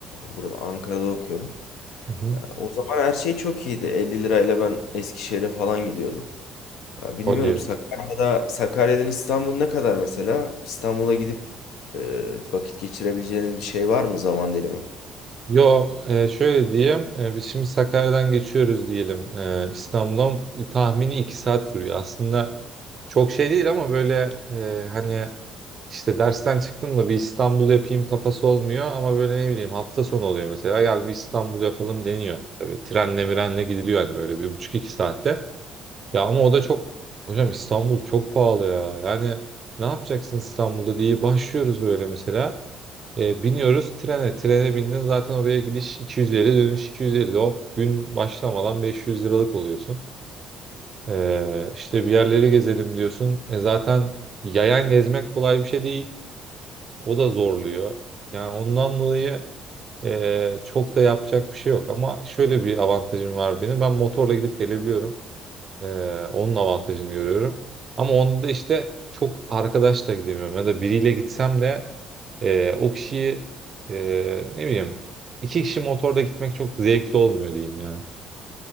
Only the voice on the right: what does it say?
Hı hı.
Hadi ya.
Yo, e, şöyle diyeyim. e, biz şimdi Sakarya'dan geçiyoruz diyelim e, İstanbul'a. Tahmini iki saat sürüyor. Aslında çok şey değil ama böyle e, hani işte dersten çıktım da bir İstanbul yapayım kafası olmuyor. Ama böyle ne bileyim hafta sonu oluyor mesela. Gel bir İstanbul yapalım deniyor. Tabii trenle mirenle gidiliyor hani böyle bir buçuk iki saatte. Ya ama o da çok hocam İstanbul çok pahalı ya. Yani ne yapacaksın İstanbul'da diye başlıyoruz böyle mesela. E, biniyoruz trene. Trene bindin zaten oraya gidiş 250 dönüş 250. Hop gün başlamadan 500 liralık oluyorsun. E, işte bir yerleri gezelim diyorsun. E, zaten yayan gezmek kolay bir şey değil. O da zorluyor. Yani ondan dolayı e, çok da yapacak bir şey yok. Ama şöyle bir avantajım var benim. Ben motorla gidip gelebiliyorum. E, onun avantajını görüyorum. Ama onda da işte çok arkadaşla gidemiyorum. Ya da biriyle gitsem de ee, o kişiyi e, ne bileyim iki kişi motorda gitmek çok zevkli olmuyor diyeyim ya.